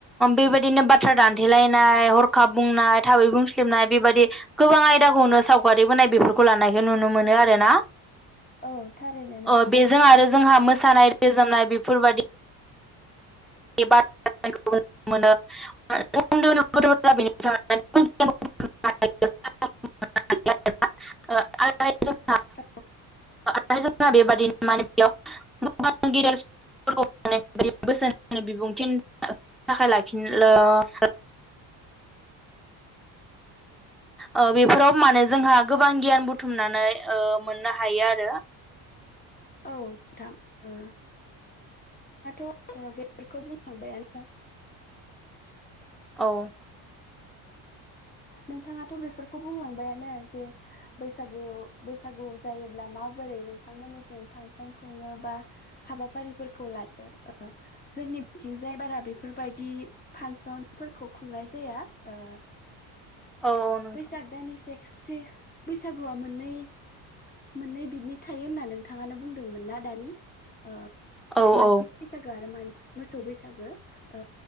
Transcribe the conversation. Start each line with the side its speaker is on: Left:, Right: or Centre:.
Centre: बेबायदिनो बाथ्रा दान थेलायनाय हरखाब बुंनाय थाबै बुंस्लिबनाय बेबादि गोबां आयदाखौनो सावगारिबोनाय बेफोर खौ लानायखौ नुनो मोनो आरो ना
Left: औ थारैनो नोंथां
Centre: अ बेजों आरो जोंहा
Left: औ
Centre: मोसानाय रोजाबनाय बे फोर बादि <unintelligible>
Left: <unintelligible>
Centre: <unintelligible> <unintelligible> ओ बेफोराव माने जोंहा गोबां गियान बुथुमनानै मोननो हायो आरो
Left: औ नोंथां ओ <unintelligible>
Centre: औ
Left: नोंथाङाथ' बेफोरखौ बुंलांबायानो जे बैसागु बैसागु जायोब्ला माबोरै नोंथांमोननिथिं फांसन खुङो बा हाबाफारिफोरखौ लायो ओ जोंनि बिथिं जाय बारा बेफोरबायदि फान्सन फोरखौ खुंनाय जाया ओ
Centre: औ औ नोंथां
Left: बैसाग दाननि से से बैसागुआ मोननै मोननै बिदनि थायो होनना नोंथाङानो बुंदोंमोन ना दानि ओ
Centre: औ
Left: मानसि
Centre: औ
Left: बैसागु आरो मान मोसौ बैसागो ओ